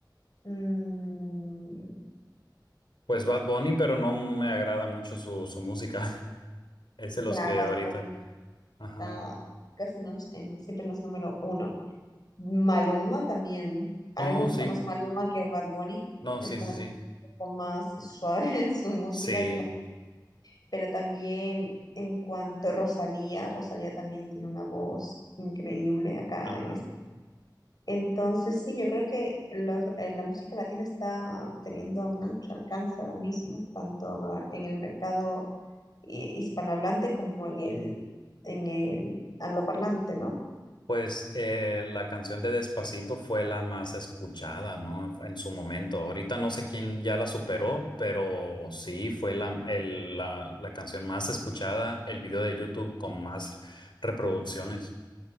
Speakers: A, on the left; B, on the left.
A: Mm,
B: Pues Bad Bunny, pero no me agrada mucho su, su música. <laughs> Es
A: ya,
B: de los que
A: Bad
B: ahorita.
A: Bunny
B: Ajá.
A: está casi nos- en- siempre en los número uno. Maluma también. A
B: Oh,
A: mí me gusta
B: sí.
A: más Maluma que Bad Bunny.
B: No,
A: Es
B: sí,
A: como
B: sí,
A: un
B: sí.
A: poco más suave <laughs> su música
B: Sí.
A: que la- Pero también en cuanto a Rosalía, Rosalía también tiene una voz increíble acá
B: Ajá.
A: en Entonces, sí, yo creo que los- eh, la música latina está teniendo mucho alcance ahora mismo, tanto en el mercado hi- hispanohablante como en el, en el angloparlante, ¿no?
B: Pues eh, la canción de Despacito fue la más escuchada, ¿no? En su momento. Ahorita no sé quién ya la superó, pero sí fue la, el- la, la canción más escuchada, el video de YouTube con más reproducciones.